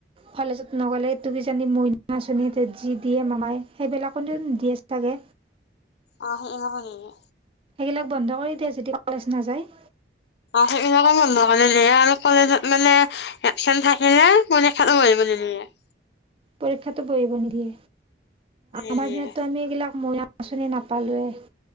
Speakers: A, on the right; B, on the left.
A: কলেজত নগ'লে তো কিজানি মইনা আঁচনী তে যি দিয়ে মামাই সেইবিলাকতো দিয়ে চাগে।
B: অ <unintelligible>
A: সেইগিলাক বন্ধ কৰি দিয়ে যদি কলেজ নাযায়।
B: অ সেইবিলাকে বন্ধ কৰি দিয়ে, আৰু কলেজত মানে এপচেন্ত থাকিলে, পৰীক্ষাটো বহিব নিদিয়ে।
A: পৰীক্ষাটো বহিব নিদিয়ে,
B: নিদিয়ে
A: আমাৰ দিনতটো আমি এইবিলাক মইনা আঁচনি নাপালোৱেই।